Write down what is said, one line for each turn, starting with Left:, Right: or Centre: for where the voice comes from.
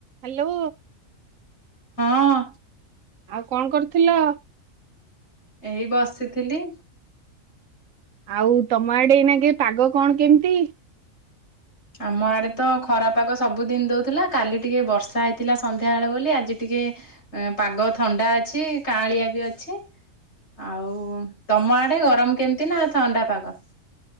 Right: ହାଲୋ
Left: ହଁ
Right: ଆଉ କଣ କରୁଥିଲ?
Left: ଏଇ ବସିଥିଲି।
Right: ଆଉ ତମଆଡେ ଏଇନା କେ ପାଗ କଣ କେମତି?
Left: ଆମ ଆଡେ ତ ଖରା ପାଗ ସବୁଦିନ ଦେଉଥିଲା କାଲି ଟିକେ ବର୍ଷା ହେଇଥିଲା ସନ୍ଧ୍ୟାବେଳେ ବୋଲି ଆଜି ଟିକେ ପାଗ ଥଣ୍ଡା ଅଛି କାଆଁଳିଆ ବି ଅଛି। ଆଉ ତମ ଆଡେ ଗରମ କେମତି ନା ଥଣ୍ଡା ପାଗ